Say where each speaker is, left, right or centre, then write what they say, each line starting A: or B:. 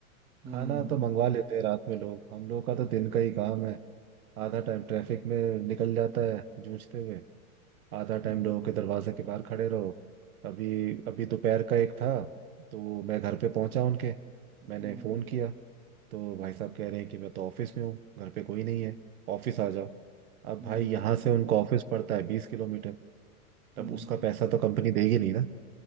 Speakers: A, on the right; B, on the right.
A: हम्म
B: खाना तो मंगवा लेते हैं रात में लोग हम लोग का तो दिन का ही काम है आधा टाइम ट्रैफिक में निकल जाता है जूझते हुए आधा टाइम
A: हम्म
B: लोगों के दरवाजे के बाहर खड़े रहो अभी अभी दोपहर का एक था तो मैं घर पे पहुंचा उनके
A: हम्म
B: मैंने फोन किया तो भाई साहब कह रहे हैं कि मैं तो ऑफिस में हूँ घर पे कोई नहीं है ऑफिस आ जाओ अब
A: हम्म
B: भाई यहाँ
A: हम्म
B: से उनका ऑफिस पड़ता है बीस किलोमीटर तब
A: हम्म
B: उसका पैसा तो कंपनी देगी नहीं ना